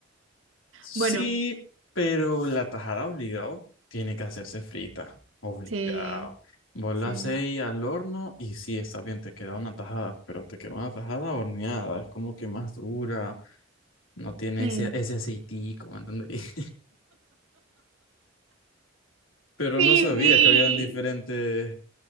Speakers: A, on the left; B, on the right.
A: Sí,
B: Bueno,
A: pero la tajada obligado tiene que hacerse frita. Obligado.
B: sí,
A: Vos la
B: sí,
A: hacéis al horno y sí, está bien, te queda una tajada, pero te queda una tajada horneada. Es como que más dura, No tiene
B: sí.
A: ese, ese aceitico, ¿me entendéis? <laughs> Pero
B: Sí,
A: no sabía que habían diferentes,